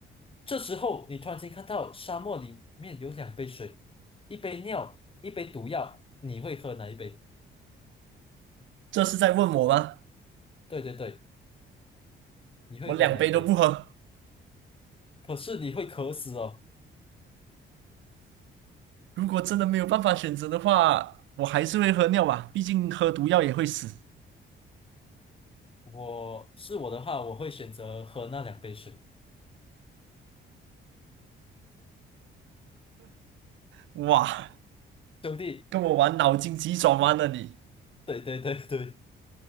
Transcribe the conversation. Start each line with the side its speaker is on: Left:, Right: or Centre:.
Left: 这时候你突然间看到沙漠里面有两杯水，一杯尿，一杯毒药，你会喝哪一杯？
Right: 这是在问我吗？
Left: 对对对。你会喝哪一杯？
Right: 我两杯都不喝。
Left: 可是你会渴死哦。
Right: 如果真的没有办法选择的话，我还是会喝尿吧，毕竟喝毒药也会死。
Left: 我是我的话，我会选择喝那两杯水。
Right: 哇，
Left: 兄弟，
Right: 跟我玩脑筋急转弯了你！
Left: 对对对对，